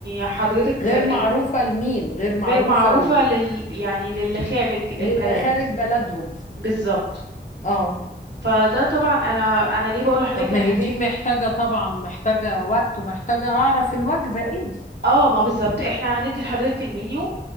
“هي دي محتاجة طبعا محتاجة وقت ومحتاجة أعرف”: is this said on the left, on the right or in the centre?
Left